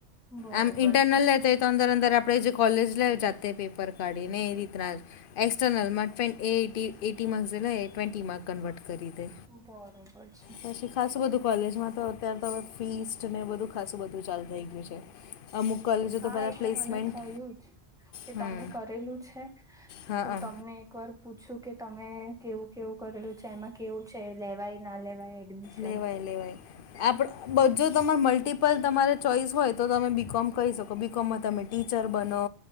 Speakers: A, in the centre; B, on the left (about 60°).
A: બરોબર
B: આમ ઇન્ટરનલે.
A: છે
B: અંદર અંદર આપણેે જે કોલેજ લ જાતે પેપર કાઢી ને એ રીતના. એક્સસ્ટર્નલ ટ એટી એટી માસ એલા એ ટ્વેન્ટટી માર્ક કનવર્ટ કર કરી દે.
A: બરોબર. છે
B: સાત શ્રી ખાસ વધુ. કોલેજમાં તો અત્યારે તો હવે ફીસ્ટ ને બધું ખાસું બધું ચાલુ થઈ ગયું છે. અમુક કોલેજો
A: હા
B: તો પહેલાં
A: એટલે
B: પ્લેસમેન્ટ
A: મને થયું જ કે
B: હમ
A: તમે કરેલું છે.
B: હા
A: તો
B: હ
A: તમને એક વાર પૂછું કે તમે. કેવું કેવું કરેલું છે એમાં કેવું છે, લેવાય ના લેવાય. એડમિશન
B: લેવાય લેવાય. આપ જો તમાર મલ્ટિપલ તમારે ચોઈસ હોય, તો તમે બીકોમ કહી શકો બીકોમમાં તમે. ટીચર બનો